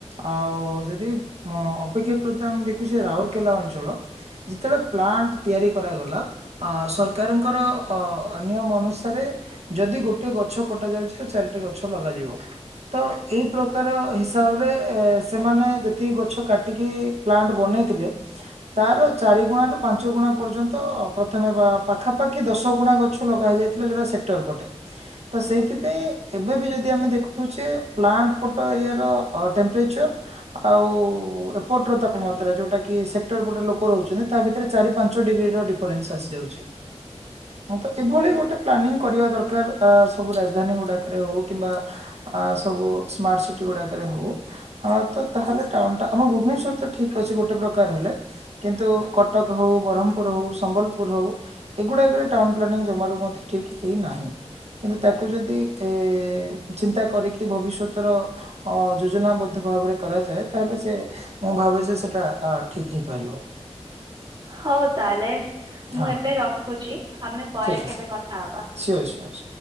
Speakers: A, on the right; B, on the right.
A: ଆଉ ଯଦି ମ ଅପେକ୍ଷାକୃତ ଆମେ ଦେଖୁଛେ ରାଉରକେଲା ଅଞ୍ଚଳ ଯେତେବେଳେ ପ୍ଲାଣ୍ଟ ତିଆରି କରାଗଲା ଆ ସରକାରଙ୍କର ଅ ନିୟମ ଅନୁସାରେ ଯଦି ଗୋଟେ ଗଛ କଟାଯାଉଛି ଆଉ ଚାରିଟି ଗଛ ଲଗାଯିବ ତ। ଏହି ପ୍ରକାର ହିସାବରେ ଏ ସେମାନେ ଯେତିକି ଗଛ କାଟିକି ପ୍ଲାଣ୍ଟ ବନେଇଥିଲେ ତାର ଚାରିଗୁଣାରୁ ପାଞ୍ଚ ଗୁଣା ପର୍ଯ୍ୟନ୍ତ ପ୍ରଥମେ ବା ପାଖାପାଖି ଦଶ ଗୁଣା ଗଛ ଲଗା ହେଯାଇଥିଲା ଯେଉଁଟା ସେକ୍ଟର ପଟେ ତ ସେଇଥିପାଇଁ ଏବେ ବି ଯଦି ଆମେ ଦେଖୁଛେ। ପ୍ଲାଣ୍ଟପଟ ଏରିଆ ର ଟେମ୍ପ୍ରଚର ଆଉ ଏପଟର ତାପମାତ୍ରା ଯୋଉଟା କି ସେକ୍ଟର ପଟ ଲୋକ ରହୁଛନ୍ତି ତା ଭିତରେ ଚାରି ପାଞ୍ଚ ଡିଗ୍ରୀ ର ଡିଫରେନ୍ସ ଆସିଯାଉଛି ତ ଏଭଳି ଗୋଟେ ପ୍ଲାନିଂ କରିବା ଦରକାର ଅ ସବୁ ରାଜଧାନୀ ଗୁଡାକରେ ହଉ କିମ୍ବା ଆ। ସବୁ ସ୍ମାର୍ଟ ସିଟି ଗୁଡ଼ାକରେ ହଉ ଅ ତ ତାହେଲେ ଟାଉନଟା ଆମ ଭୁବନେଶ୍ୱର ତ ଠିକ୍ ଅଛି ଗୋଟେ ପ୍ରକାର ହେଲେ କିନ୍ତୁ କଟକ ହଉ ବ୍ରହ୍ମପୁର ହଉ ସମ୍ବଲପୁର ହଉ ଏଗୁଡ଼ାକରେ ଟାଉନ ପ୍ଲାନିଂ ଜମାରୁ ମଧ୍ୟ ଠିକ୍ ହେଇନାହିଁ କିନ୍ତୁ ତାକୁ ଯଦି ଇ ଚିନ୍ତା କରିକି। ଭବିଷ୍ୟତର ଅ ଯୋଜନାବଦ୍ଧ ଭାବରେ କରାଯାଏ ତାହେଲେ ସେ ମୁଁ ଭାବେ ଯେ ସେଟା ଠିକ ହେଇପାରିବ।
B: ହଉ ତାହଲେ
A: ହଁ
B: ମୁଁ ଏବେ ରଖୁଛି ଆମେ ପରେ
A: ଠିକ
B: କେବେ
A: ଅଛି
B: କଥା ହବା।
A: Sure sure.